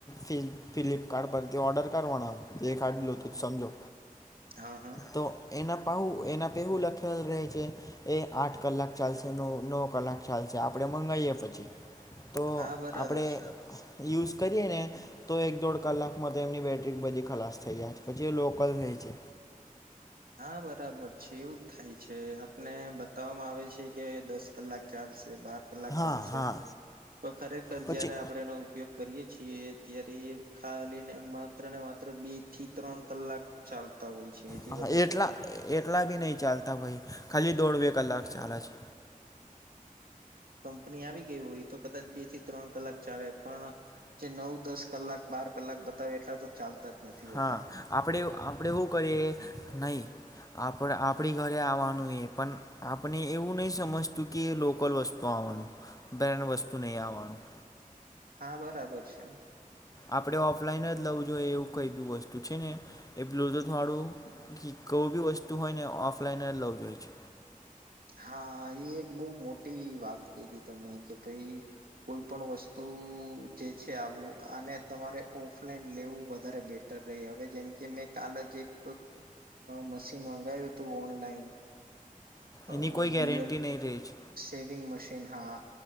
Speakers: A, on the left (about 25°); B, on the right (about 85°).
A: ફિ ફ્લિપકાર્ટ પરથી ઓર્ડર કરવાના એ કાઢલું તો સમજો
B: હા હા
A: તો એના પાઉ એના પેહું લખેલ રહે છે એ આઠ કલાક ચાલશેનો નો કલાક ચાલશે, આપડે મંગાઈએ પછી તો
B: હા બરાબર
A: આપડે
B: છે.
A: યુઝ કરીએ ને તો એક દોઢ કલાકમાં તો એમની બેટરી બધી ખલાસ થઈ જાય છે, પછી એ લોકલ થઈ છે.
B: હા બરાબર છે, એવું જ થાય છે, આપ ને બતાવવામાં આવે છે કે દસ કલાક ચાલશે, બાર કલાક
A: હા
B: ચાલશે,
A: હા
B: પણ ખરેખર
A: પછી
B: જયારે આપણે એનો ઉપયોગ કરીએ છીએ અત્યારે એ ખાલી ને માત્ર ને માત્ર બી <inaudible> ત્રણ કલાક ચાલતા હોય છે, એથી
A: હા
B: વ
A: એટલા એટલા બી નઈ ચાલતા ભાઈ, ખાલી દોઢ બે કલાક ચાલે છે.
B: પની આવી ગઈ હોય તો કદાચ બે થી ત્રણ કલાક ચાલે પણ જે નવ, દસ કલાક, બાર કલાક બતાવે એટલા તો ચાલતા જ નથી
A: હા
B: હોતા
A: આપડે આપડે હુ કરીએ નઈ આપડે આપ આપડી ઘરે આવવાનું એ પણ આપણે એવું નહીં સમજતું કે એ લોકલ વસ્તુ આવવાનું બ્રેન્ડ વસ્તુ નહીં આવવાનું.
B: હા બરાબર છે.
A: આપણે ઓફલાઈન જ લવું જોઈએ એવું કઈ બી વસ્તુ છે ને એ બ્લુટૂથ વાળું કી કો બી વસ્તુ હોય ને ઓફલાઈન જ લવું જોઈએ છે.
B: હા એ એક બઉ મોટી વાત કરી તમે કે ભાઈ કોઈ પણ વસ્તુ જે છે આવું આને તમારે ઓફલાઈન લેવું વધારે બેટર રે હવે જેમ કે મેં કાલ જ એક મશીન મંગાયુ તું ઓનલાઈન અ
A: એની કોઈ ગેરંટી
B: બિયડ
A: નહીં રહે છે
B: શેવિંગ મશીન હા.